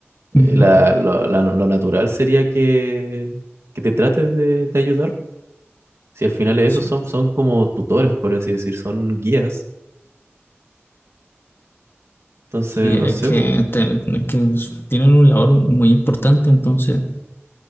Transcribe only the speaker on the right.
eh, la, lo, la- lo natural sería que, que te trates de, de ayudar. Si al final esos
son, son como tutores, por así decir, son guías. Entonces,
no
sé,
po.